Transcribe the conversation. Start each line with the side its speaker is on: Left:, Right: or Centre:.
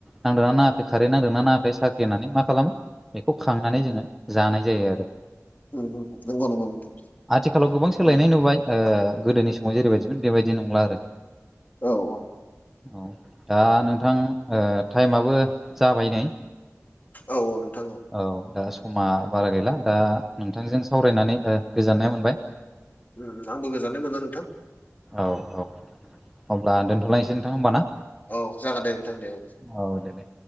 Centre: नांदोंना नाङाखै खारै नांदोंना नाङाखै साख्रि होननानै मा खालामो बेखौ खांनानै जोङो जानाय जायो आरो
Left: नंगौ नंगौ नोंथां
Centre: आथिखालाव गोबां सोलायनाय
Left: औ
Centre: नुबाय ओ गोदोनि समाव जेरैबायदिमोन बेबायदि नंला आरो
Left: औ औ
Centre: औ दा नोंथां टाइमाबो जाबाय नै
Left: औ औ नोंथां औ
Centre: औ दा समा बारा गैला दा नोंथांजों सावरायनानै ओ गोजोननाय मोनबाय
Left: उम आंबो गोजाननाय मोनदों नोंथां।
Centre: औ औ अब्ला दोन्थ'लायनोसै नोंथां होमबा ना?
Left: औ जागोन दे नोंथां दे औ।
Centre: औ दे दे।